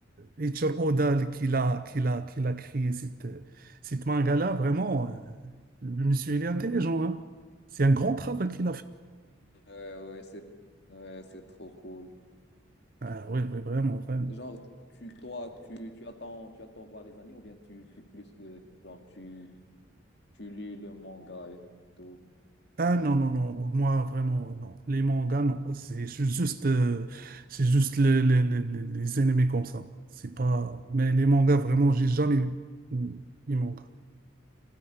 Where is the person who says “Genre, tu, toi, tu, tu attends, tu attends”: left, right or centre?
Left